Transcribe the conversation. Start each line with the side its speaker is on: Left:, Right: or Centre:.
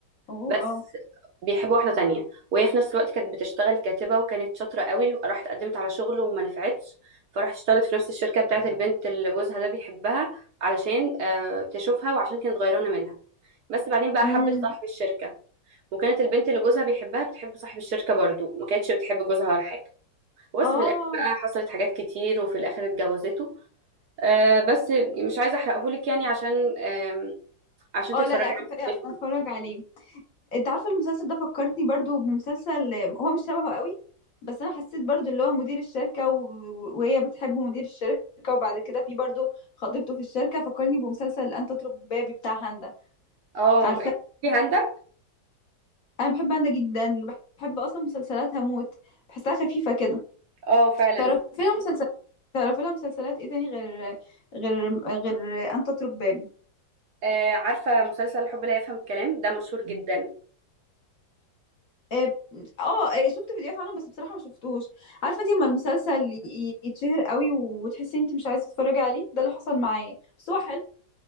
Left: اوه
Right: بس
Left: اه
Right: بيحب واحدة تانية وهي في نفس الوقت كانت بتشتغل كاتبة وكانت شاطرة قوي وراحت قدمت على شغل وما نفعتش فراحت اشتغلت في نفس الشركة بتاعت البنت اللي جوزها ده بيحبها علشان آه، تشوفها وعشان كانت غيرانة منها بس بعدين بقى
Left: امم
Right: حبت صاحب الشركة وكانت البنت اللي جوزها بيحبها بتحب صاحب الشركة برضو ما كانتش بتحب جوزها ولا حاجة وبس
Left: اه
Right: في الآخر بقى حصلت حاجات كتير وفي الآخر اتجوزته آه بس مش عايزة أحرقهولك يعني عشان آم، عشان
Left: اه
Right: تتفرجي
Left: لا لا كفايه
Right: عليه في الصيف وكده.
Left: أنا اتفرج عليه انت عارفه المسلسل ده فكرتني برضو بمسلسل هو مش شبهه قوي بس انا حسيت برضو اللي هو مدير الشركه و... وهي بتحب مدير الشركه وبعد كده في برضو خطيبته في الشركه فكرني بمسلسل انت اترك بابي بتاع هاندا
Right: اه
Left: عارفه
Right: في هاندا
Left: انا بحب هاندا جدا بحب اصلا مسلسلاتها موت بحسها خفيفه كده
Right: اه فعلا
Left: تعرفي لها مسلسلات تعرفي لها مسلسلات ايه تاني غير غير غير انت اترك بابي
Right: آه عارفة مسلسل الحب لا يفهم الكلام ده مشهور جدا
Left: اه آه، آه، شفت فيديوهات عنه بس بصراحة ما شفتوش عارفة انت لما المسلسل ي- يتشهر قوي وتحسي انت مش عايزة تتفرجي عليه ده اللي حصل معايا بس هو حلو